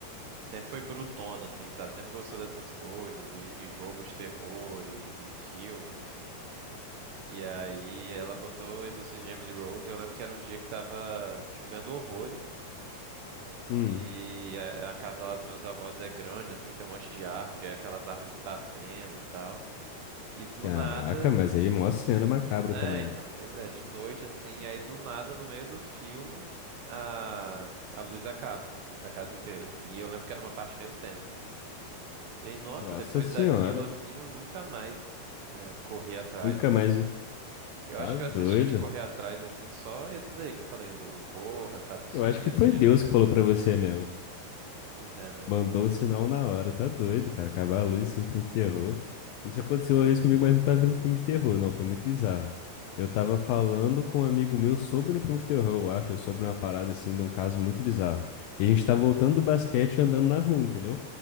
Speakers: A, on the right (about 80°); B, on the left (about 80°).
A: sempre foi brutona, assim, sabe? Sempre gostou dessas coisas, e, e jogo de terror, e, e filme, enfim. E aí ela botou Exorcismo de Emily Rose. E eu lembro que era um dia que tava chovendo horrores.
B: Hum.
A: E a, a casa lá dos meus avós é grande, assim, tem um monte de árvore, é aquelas árvores batendo e tal. E do
B: Caraca,
A: nada.
B: mas aí mó cena macabra
A: É,
B: também,
A: então,
B: né?
A: pois é, de noite, assim, aí do nada, no meio do filme, a, a luz acaba da casa inteira, assim. E eu lembro que era uma parte meio tensa. E aí, nossa,
B: Nossa
A: depois
B: senhora,
A: daquilo, assim, eu nunca mais é, corri atrás,
B: nunca
A: assim.
B: mais. vi-
A: de- Eu
B: Tá
A: acho que
B: doido.
A: eu assisti de correr atrás, assim, só esses aí que eu falei, do o Corra, sabe, os
B: Eu
A: filmes
B: acho
A: desse
B: que foi
A: diretor.
B: Deus que falou pra você mesmo.
A: Pois é, né?
B: Mandou
A: Hum,
B: um sinal na hora, tá doido, cara. Acabar a luz sim, no filme de terror. Isso
A: é.
B: aconteceu uma vez comigo, mas não tá vendo filme de terror, não. Foi muito bizarro. Eu tava falando com um amigo meu sobre um filme de terror, eu acho, sobre uma parada assim, de um caso muito bizarro. E a gente tá
A: Uhum,
B: voltando do basquete e andando na rua, entendeu?